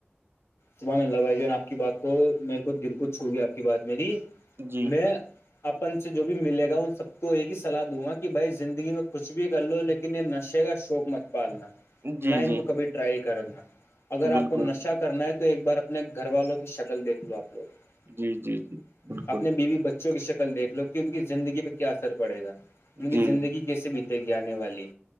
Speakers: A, on the left; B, on the right.
A: سبح اللہ بھائی جان آپ کی بات کو میرے کو دل کو چھو گیا آپ کی بات میری
B: جی
A: میں اپن سے جو بھی ملے گا ان سب کو یہ ہی سلاح دوں گا کہ بھائی زندگی میں کچھ بھی کر لو لیکن یہ نشے کا شوک مت پالنا
B: جی
A: نہ ان
B: جی
A: کو کبھی ٹرائی کرا اگر آپ
B: بالکل
A: کو نشہ کرنا ہے تو تو ایک بار اپنے گھر والوں کی شکل دیکھ لو آپ لوگ
B: جی جی جی بالکل
A: اپنے بیوی بچ بچوں کی شکل دیکھ لو کہ ان کی زندگی پہ کیا اثر پڑے گا ان کی
B: جی
A: زندگی کی کیسے بیتے گی آنے والی